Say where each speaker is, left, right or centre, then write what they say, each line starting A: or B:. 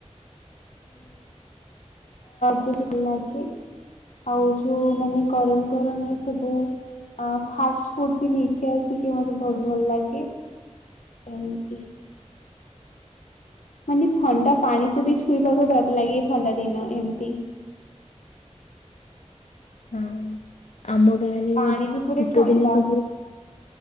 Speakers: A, on the left; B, on the left.
A: <unintelligible> ଲାଗେ। ଆଉ ଯୋଉ ମାନେ ଗରମ କରନି ସବୁ ଆ ଫାଷ୍ଟ ଫୁଡ ବି ନିଜେ ଆସିକି ମତେ ବହୁତ ଭଲ ଲାଗେ ଏମିତି ମାନେ ଥଣ୍ଡା ପାଣିକୁ ବି ଛୁଇବାକୁ ଡର ଲାଗେ ଥଣ୍ଡା ଦିନ ଏମିତି।
B: ହଁ ଆମ ଗାଁରେ
A: ପାଣି ବି ପୁରା
B: ଶୀତଦିନେ
A: ଥଣ୍ଡା
B: ସବୁ